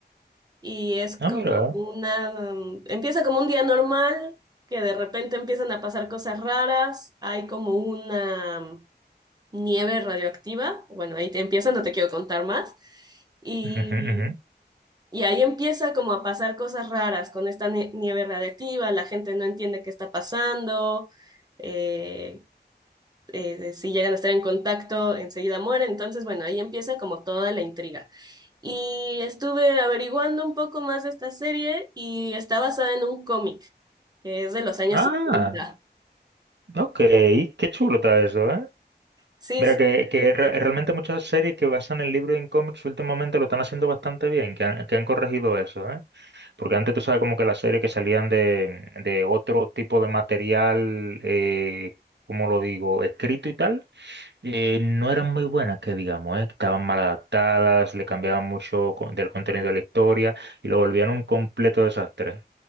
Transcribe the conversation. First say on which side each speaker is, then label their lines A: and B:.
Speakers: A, on the right; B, on the right.
A: y es
B: Ah,
A: como
B: mira.
A: una, mm, empieza como un día normal, que de repente empiezan a pasar cosas raras, hay como una nieve radioactiva. Bueno, ahí te empieza, no te quiero contar más. Y,
B: Ujú, ujú.
A: y ahí empieza como a pasar cosas raras con esta nie- nieve radiactiva, la gente no entiende qué está pasando, eh, eh, de- si llegan a estar en contacto, enseguida mueren. Entonces, bueno, ahí empieza como toda la intriga. Y estuve averiguando un poco más de esta serie y está basada en un cómic que es de los años
B: Ah.
A: cincuenta,
B: Ok, qué chulo está eso, ¿eh?
A: Sí,
B: Mira,
A: sí.
B: que, que re- realmente muchas series que basan el libro en cómics últimamente lo están haciendo bastante bien, que han, que han corregido eso, ¿eh? Porque antes tú sabes como que las series que salían de, de otro tipo de material, eh, como lo digo, escrito y tal, eh, no eran muy buenas, que digamos, ¿eh? Estaban mal adaptadas, le cambiaban mucho co- del contenido de la historia y lo volvían un completo desastre.